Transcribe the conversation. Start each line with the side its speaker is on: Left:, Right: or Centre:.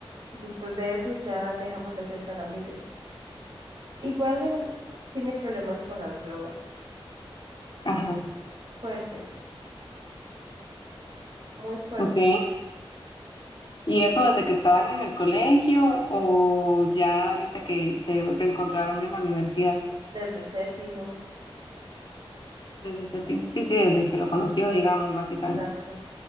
Right: después de eso ya dejamos de ser tan amigos. Igual él tiene problemas con las drogas,
Left: Ajá.
Right: fuertes, muy fuertes,
Left: Ok. ¿Y eso desde que estaban en el colegio o ya ahorita que se reencontraron en la universidad?
Right: desde séptimo,
Left: Desde ese tiempo. Sí, sí, desde que lo conoció, digamos, básicamente.
Right: exacto.